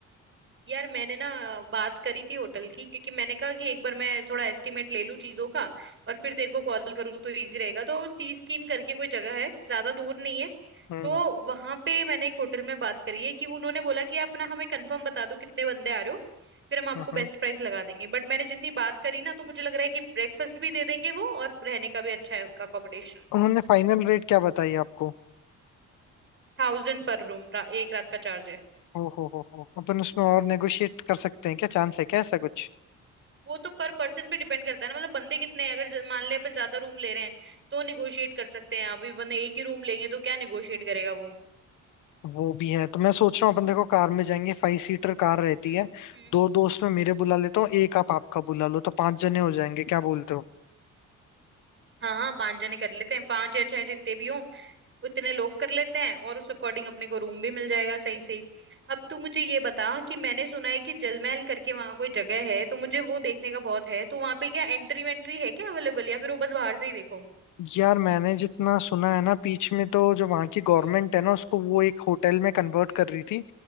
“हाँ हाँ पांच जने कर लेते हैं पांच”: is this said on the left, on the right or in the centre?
Right